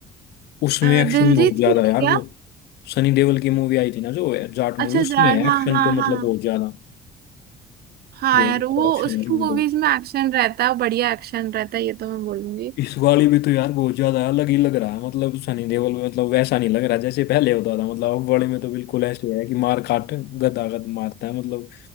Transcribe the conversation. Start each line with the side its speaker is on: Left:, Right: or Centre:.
Left: उसमें
Right: अ,
Left: एक्शन
Right: दिलजीत
Left: बहुत ज्यादा
Right: की थी
Left: है यार
Right: क्या
Left: वो सनी देओल की मूवी आई थी ना जो जाट मूवी
Right: अच्छा
Left: उसमें
Right: जाट
Left: है
Right: हाँ
Left: एक्शन
Right: हाँ
Left: तो मतलब
Right: हाँ
Left: बहुत ज्यादा
Right: हाँ
Left: बहुत
Right: यार वो
Left: ज्यादा एक्शन
Right: उसकी
Left: है उसमें
Right: मूवीज
Left: तो
Right: में एक्शन रहता है बढ़िया एक्शन रहता है ये तो मैं बोलूंगी
Left: इस वाली भी तो यार बहुत ज्यादा अलग ही लग रहा है मतलब सनी देओल में मतलब वैसा नहीं लग रहा जैसे पहले होता था मतलब अब वाले में तो बिल्कुल ऐसे है कि मार काट गदा गद मारता है मतलब